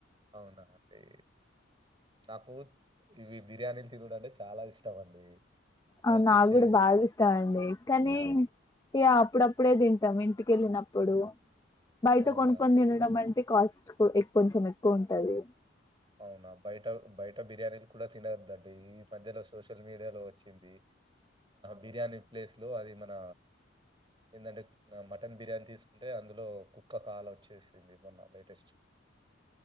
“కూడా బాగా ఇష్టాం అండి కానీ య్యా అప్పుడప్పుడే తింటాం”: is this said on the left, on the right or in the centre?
Left